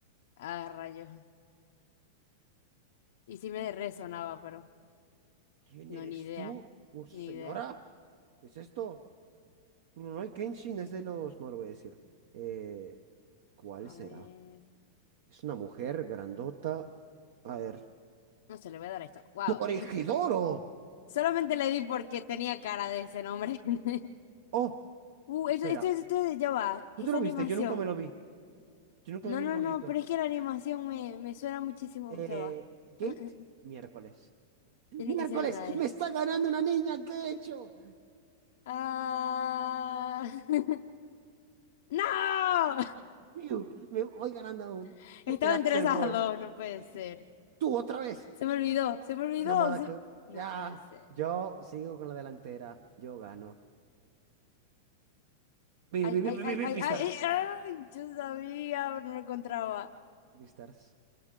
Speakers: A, on the left; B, on the right.
A: Ah, rayos. Y sí me resonaba, pero
B: ¿Quién
A: no,
B: eres
A: ni idea.
B: tú? Oh, señora.
A: Ni idea.
B: ¿Qué es esto? Rurouni Kenshin es de los. No lo voy a decir. Eh, ¿cuál
A: A
B: será?
A: ver.
B: Es una mujer grandota. A ver.
A: No se le voy a dar a esto. Wow.
B: ¡Toregidoro!
A: Solamente le di porque tenía cara de ese nombre. <laughs>
B: Oh,
A: Uh,
B: espera.
A: esto, esto, esto, ya va.
B: ¿Tú
A: Esa
B: te lo
A: animación.
B: viste? Yo nunca me lo vi. Yo nunca
A: No,
B: me vi
A: no,
B: el gordito.
A: no, pero es que la animación me, me suena muchísimo.
B: Eh,
A: Ya va.
B: Gate,
A: Mm, mm,
B: miércoles.
A: Tiene
B: ¡Miércoles!
A: que ser una de
B: ¡Me
A: estas.
B: está ganando una niña! ¿Qué he hecho?
A: Ah... <laughs> ¡No!
B: Piu, me voy ganando aún.
A: <laughs> Estaba
B: Era
A: entre
B: Axel
A: esas
B: World.
A: dos, no puede ser.
B: Tú otra vez.
A: Se me olvidó, se me olvidó.
B: Llamada
A: se-
B: con.
A: No
B: Ya.
A: puede ser.
B: Yo sigo con la delantera. Yo gano. Vi,
A: Ay,
B: vi, vi,
A: ay,
B: vi,
A: ay,
B: vi, vi,
A: ay,
B: Beastars.
A: ay, ay, ay, yo sabía, pero no lo encontraba.
B: Beastars.